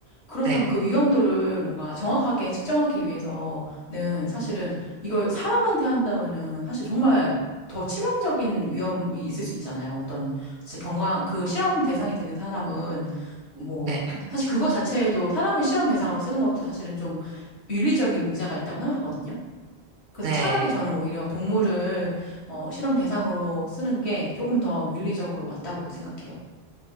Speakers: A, on the left; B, on the right.
A: 그렇다면
B: 네,
A: 그 위험도를 뭔가 정확하게 측정하기 위해서는 사실은 이걸 사람한테 한다면은 사실 정말 더 치명적인 위험이 있을 수 있잖아요. 어떤 진짜 경강 그 실험 대상이 되는 사람은 뭐
B: 네.
A: <clears throat> 사실 그거 자체에도 사람을 실험 대상으로 쓰는 것도 사실은 좀 윤리적인 문제가 있다고 생각하거든요. 그래서
B: 네.
A: 차라리 저는 오히려 동물을 어, 실험 대상으로 쓰는 게 조금 더 윤리적으로 맞다고 생각해요.